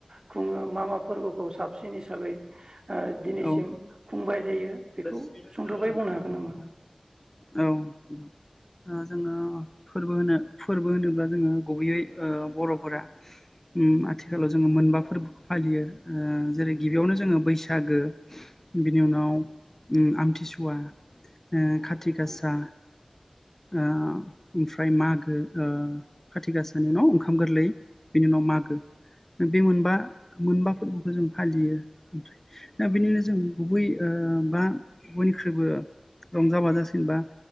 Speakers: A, on the right; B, on the left.
A: खुङो मा मा फोरबोखौ साबसिन हिसाबै ओ जिम
B: औ
A: खुंबाय थायो। बेखौ
B: <unintelligible>
A: सुंद'बै बुंनो हागोन नामा?
B: औ ओ जोङो फोरबो होनो फोरबो होनोबा जोङो गुबैयै ओ बर'फोरा उम आथिखालाव जोङो मोनबा फोरबोखौ फालियो ओ जेरै गिबियावनो जोङो बैसागो बिनि उनाव उम आमथिसुवा ओ खाथि गासा आ ओमफ्राय मागो ओ खाथि गासानि उनाव ओंखाम गोरलै बिनि उनाव मागो बे मोनबा मोनबा फोरबोखौ जों फालियो। दा बिनि उनाव जों गुबै ओ बा बयनिख्रुइबो रंजा बाजासिन बा